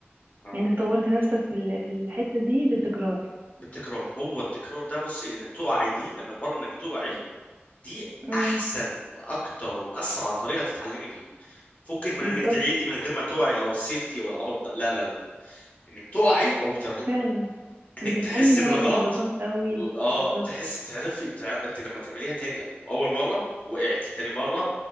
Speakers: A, on the left (about 35°); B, on the right (about 55°).
A: فاهمه
B: يعني طورت نفسك في ال- في الحتة دي بالتكرار
A: بالتكرار هو التكرار ده بصي انك تقعي دي ان حوار انك تقعي دي
B: امم
A: احسن واكتر واسرع طريقه تتعلمي بيها فكك من
B: بالظبط
A: انك تعيدي من غير ما تقعي او السيفتي او العبط ده لا لا لا انك تقعي او تعمل
B: فعلا
A: انك
B: بتتعلم
A: تحس بالغلط
B: بقى من الغلطات قوي
A: اه
B: بالظبط
A: تحس تعرفي تع... انت لما تعمليها تاني او اول مره وقعتي تاني مره